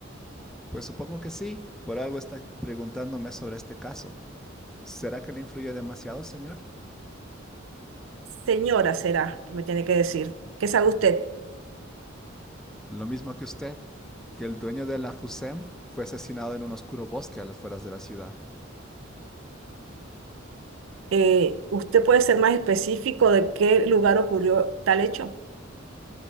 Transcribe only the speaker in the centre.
Pues supongo que sí, por algo está preguntándome sobre este caso. ¿Será que le influyó demasiado, señor?
Lo mismo que usted, que el dueño de la FUSEM fue asesinado en un oscuro bosque a las afueras de la ciudad.